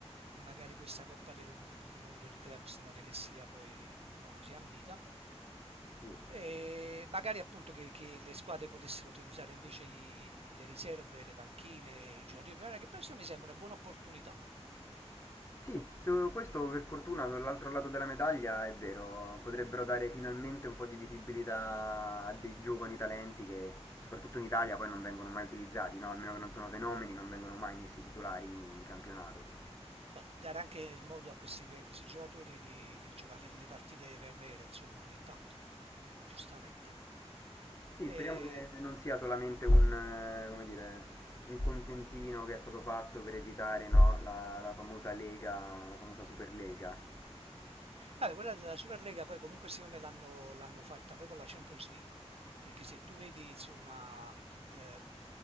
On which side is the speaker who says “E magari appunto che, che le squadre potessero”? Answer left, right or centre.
Right